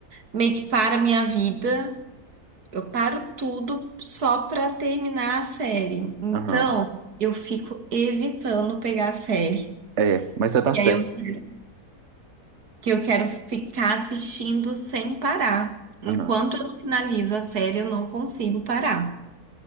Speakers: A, on the right; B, on the right.
A: meio que para a minha vida. Eu paro tudo só pra terminar a série. Então,
B: Aham.
A: eu fico evitando pegar a série.
B: É, mas você
A: Porque
B: tá certo.
A: aí eu quero, que eu quero ficar assistindo sem parar. Enquanto
B: Aham.
A: eu não finalizo a série, eu não consigo parar.